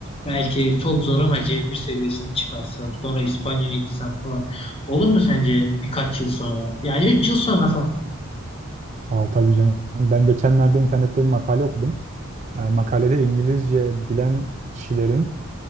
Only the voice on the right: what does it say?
Aa, tabii canım. Ben geçenlerde internette bir makale okudum. Ee, makalede İngilizce bilen kişilerin